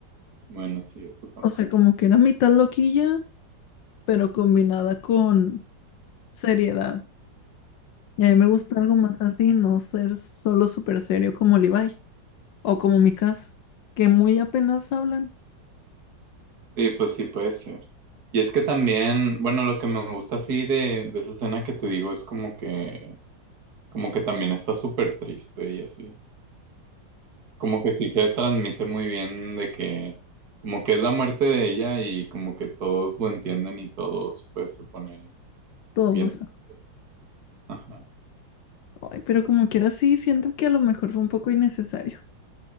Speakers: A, on the right; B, on the left.
A: Bueno, sí, eso también.
B: O sea, como que era mitad loquilla, pero combinada con seriedad. Y a mí me gusta algo más así, no ser solo súper serio como Levi o como mi casa, que muy apenas hablan
A: Sí, pues sí puede ser. Y es que también, bueno, lo que me gusta así de, de esa escena que te digo es como que, como que también está súper triste y así. como que sí se transmite muy bien de que como que es la muerte de ella y como que todos lo entienden y todos pues se ponen
B: todos
A: bien
B: los...
A: tristes. Ajá.
B: Ay, pero como quiera sí, siento que a lo mejor fue un poco innecesario.